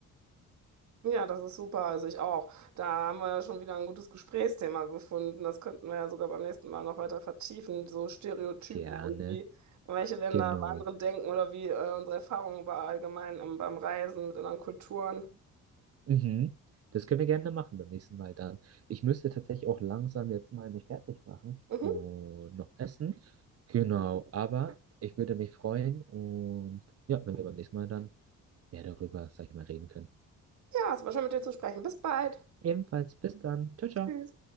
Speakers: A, on the right; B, on the right.
A: Ja, das ist super. Also ich auch. Da haben wir ja schon wieder ein gutes Gesprächsthema gefunden. Das könnten wir ja sogar beim nächsten Mal noch weiter vertiefen. So Stereotypen
B: Gerne.
A: und wie welche Länder
B: Genau.
A: über andere denken oder wie äh, unsere Erfahrungen über allgemein ähm, beim Reisen mit anderen Kulturen.
B: Mhm. Das können wir gerne machen beim nächsten Mal dann. Ich müsste tatsächlich auch langsam jetzt mal mich fertig machen
A: Mhm.
B: und noch essen. Genau, aber ich würde mich freuen und ja, wenn wir beim nächsten Mal dann mehr darüber, sag ich mal, reden können.
A: Ja, es war schön mit dir zu sprechen. Bis bald.
B: Ebenfalls bis dann. Ciao, ciao.
A: Tschüss.